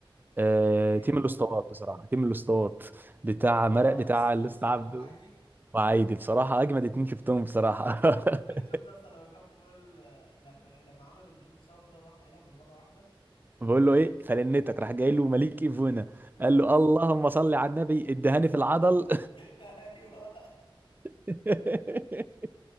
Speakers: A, on the right; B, on the left.
A: آه،
B: ثنائيه
A: تيم
B: كده
A: الاسطوات
B: ما...
A: بصراحه تيم الاسطوات بتاع
B: اه
A: مرق بتاع
B: يا اسطى
A: الاسطى
B: اسطى عبده
A: عبده
B: وعايدي
A: وعايدي بصراحه اجمد اتنين شفتهم بصراحه
B: <laughs>
A: <laughs>
B: شفت يا اسطى لما كان بيقول لما لما عملوا دويتو سوا كده وراح قايلها من مره واحده
A: بقول له ايه فلنتك راح جاي له مليك ايفونا
B: اه
A: قال له اللهم صل على النبي ادهاني في العضل
B: <laughs> ايوه
A: <laughs>